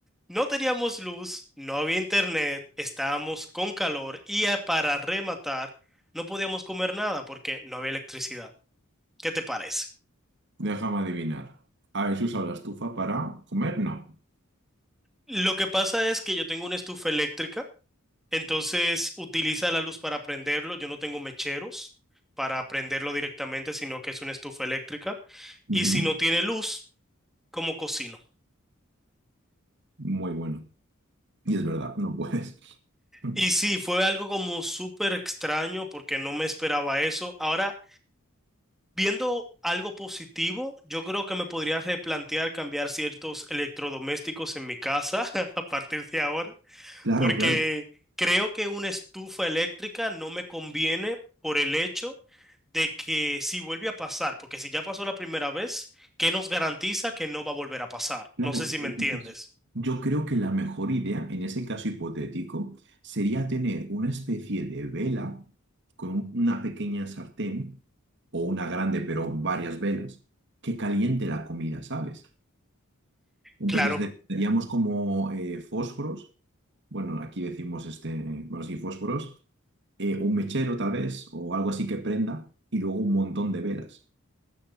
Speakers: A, in the centre; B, on the right (about 55°).
A: no teníamos luz, no había internet, estábamos con calor y eh, para rematar no podíamos comer nada porque no había electricidad. ¿Qué te parece?
B: Déjame adivinar. ¿Habéis usado la estufa para comer? No.
A: Lo que pasa es que yo tengo una estufa eléctrica Entonces utiliza la luz para prenderlo. Yo no tengo mecheros para prenderlo directamente, sino que es una estufa eléctrica.
B: Ujú,
A: Y si no tiene luz, ¿cómo cocino?
B: Muy bueno. Y es verdad, no puedes. <laughs>
A: Y sí, fue algo como súper extraño porque no me esperaba eso. Ahora, viendo algo positivo, yo creo que me podría replantear cambiar ciertos electrodomésticos en mi casa <laughs> a partir de ahora.
B: Claro,
A: porque
B: claro.
A: creo que una estufa eléctrica no me conviene por el hecho de que si vuelve a pasar, porque si ya pasó la primera vez, ¿qué nos garantiza que no va a volver a pasar?
B: Claro,
A: No sé si
B: eh,
A: me entiendes.
B: pues, yo creo que la mejor idea en ese caso hipotético sería tener una especie de vela con una pequeña sartén o una grande, pero varias velas, que caliente la comida, ¿sabes? Entonces
A: Claro,
B: necesitaríamos como eh, fósforos, bueno, aquí decimos este, bueno, sí, fósforos, eh, un mechero tal vez o algo así que prenda y luego un montón de velas